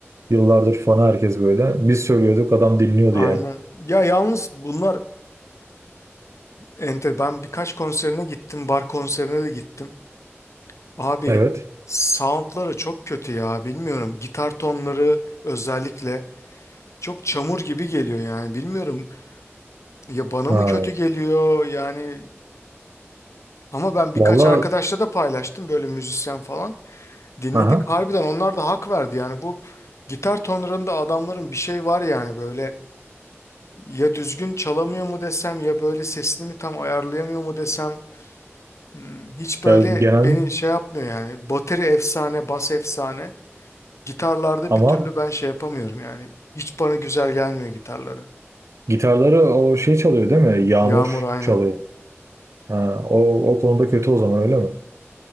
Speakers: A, on the right (about 85°); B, on the left (about 80°).
A: Yıllardır fanı herkes böyle. Biz söylüyorduk, adam dinliyordu
B: Aynen.
A: yani.
B: Ya yalnız bunlar enter. Ben birkaç konserine gittim. Bar konserine de gittim. Abi
A: Evet.
B: soundları çok kötü ya. Bilmiyorum. Gitar tonları özellikle çok çamur gibi geliyor yani. Bilmiyorum ya bana
A: Ha.
B: mı kötü geliyor yani. Ama ben birkaç
A: Valla
B: arkadaşla da paylaştım böyle müzisyen falan. Dinledik.
A: Aha.
B: Harbiden onlar da hak verdi yani bu gitar tonlarında adamların bir şey var yani böyle. Ya düzgün çalamıyor mu desem ya böyle sesini mi tam ayarlayamıyor mu desem hmm, hiç böyle
A: Ya genel
B: beni şey yapmıyor yani. Bateri efsane, bas efsane. Gitarlarda
A: ama
B: bir türlü ben şey yapamıyorum yani. Hiç bana güzel gelmiyor gitarları.
A: gitarları o şey çalıyor değil mi? Yağmur
B: Yağmur aynen.
A: çalıyor. Ha, o, o konuda kötü o zaman öyle mi?